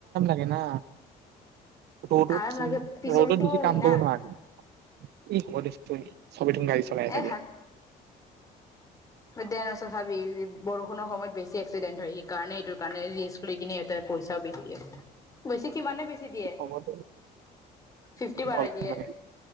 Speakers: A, on the right (about 75°); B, on the left (about 20°).
A: এ না ৰ'দত
B: আৰাম
A: ৰ'দত
B: লাগে পিছলটো
A: বেছি
B: হয়
A: কাম
B: না
A: কৰিব নোৱি হয় চবথন গাডী চলাই
B: এ
A: থাকে
B: মধ্যয়ান চাবি বৰ সময়ত বেছি এক্সিডেণ্ট হয় সেইকাৰণে এইটো কাৰণেি্ কিনে এতে পইচাও বিি দিয়ে বেছ কিমানে বেছি দিয়ে
A: হ'ব দে
B: ফিফটি পাৰাই
A: অলপ
B: দিয়ে
A: মানে